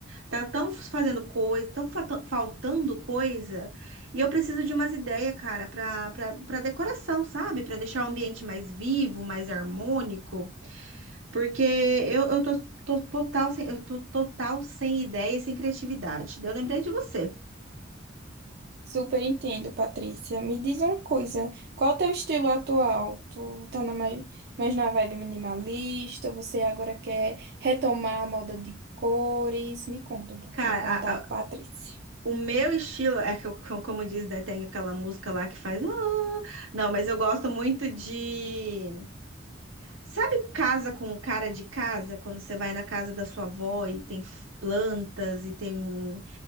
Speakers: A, on the right (about 85°); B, on the right (about 55°).
A: Tá tão fazendo coisa, tão fata- faltando coisa. E eu preciso de umas ideias, cara, pra, pra, pra decoração, sabe? Pra deixar o ambiente mais vivo, mais harmônico. Porque eu, eu tô, tô total sem, eu tô total sem ideia e sem criatividade. Daí Eu lembrei de você.
B: Super entendo, Patrícia. Me diz uma coisa. Qual o teu estilo atual? Tu tá numa, mais na vibe minimalista? Você agora quer retomar a moda de cores? Me conta um pouquinho
A: Cara,
B: como tá
A: a-
B: a Patrícia.
A: a- o meu estilo é que, eu- co- como diz, né? Tem aquela música lá que faz. "Ah". Não, mas eu gosto muito de. Sabe casa com cara de casa? Quando você vai na casa da sua avó e tem f- plantas e tem